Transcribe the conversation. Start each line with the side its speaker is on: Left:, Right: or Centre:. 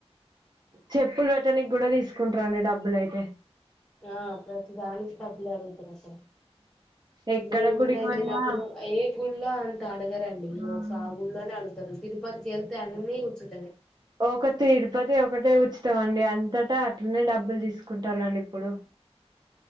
Right: చెప్పులు పెట్టనికి కూడా తీసుకుంటారండి డబ్బులు అయితే
Centre: ఆ ప్రతి దానికి డబ్బులు అడుగుతారు అసలు
Right: ఎక్కడ
Centre: నేను
Right: గుడికి
Centre: కూడా వెళ్ళినప్పుడు
Right: పోయినా
Centre: ఏ గుళ్ళో అంత అడగరండి
Right: హ్మ్.
Centre: ఒక ఆ గుళ్నే నే అడుగు తిరుపతికి వెళ్తే అన్ని ఉచితమే
Right: ఒక తిరుపతి ఒకటే ఉచితమండి అంతటా అన్ని డబ్బులు తీసుకుంటాలండి ఇప్పుడు